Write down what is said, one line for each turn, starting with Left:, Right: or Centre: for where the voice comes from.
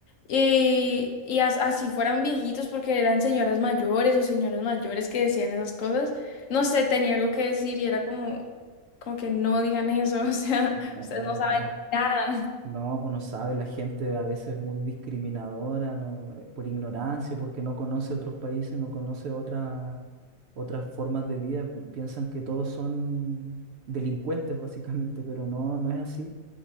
Left: y, y as- así fueran viejitos, porque eran señoras mayores o señores mayores que decían esas cosas, no sé, tenía algo que decir y era como, como que no digan eso, <laughs> o sea,
Right: No,
Left: ustedes no saben
Right: no
Left: nada.
Right: No, pues no sabe, la gente a veces es muy discriminadora, no, eh, por ignorancia, porque no conoce otros países, no conoce otras otras formas de vida, pi- piensan que todos son delincuentes básicamente, pero no, no es así.